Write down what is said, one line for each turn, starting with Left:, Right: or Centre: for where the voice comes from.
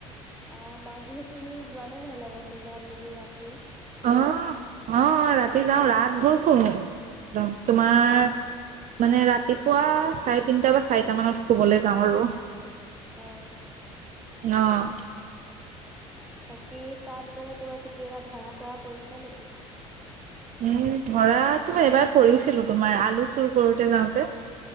Centre: অ, মাঘ বিহুত তুমি যোৱা নে নাই লগৰখিনিৰ লগত মিলি ৰাতি
Right: অ, অ ৰাতি যাওঁ ৰাত ভৰ কৰো। যাওঁ তোমাৰ
Centre: উম
Right: মানে, ৰাতিপুৱা চাৰে তিনটা বা চাৰিটা মানত শুবলৈ যাওঁ আৰু
Centre: অ
Right: অহ
Centre: বাকী, তাত মানে তোমাৰ কেতিয়াবা ধৰা ধৰা পৰিছা নেকি?
Right: উম, ধৰাটো এবাৰ পৰিছিলো তোমাৰ, আলু চুৰ কৰোতে যাওঁতে।